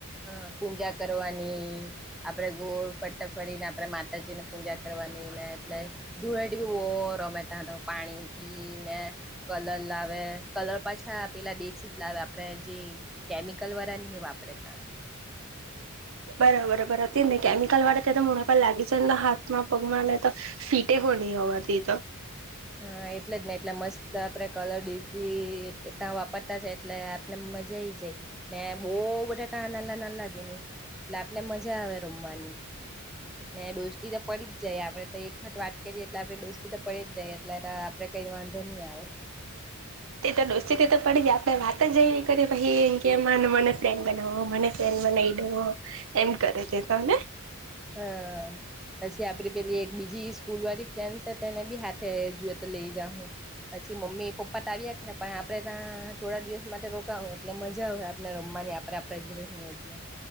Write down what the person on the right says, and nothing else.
બરાબર બરા હતી કેમિકલ વાળા તો મુ પર લાગી જને હામાં પગમાંને તો ફીટે નહી હોવાથી તો
એ તો દોસ્તી તો પડી જાય આપડે વાત જઈ કરીએ ભઇ કે મને પ્લેન બનાવો મને ફલેન ના એમ કરે દે તને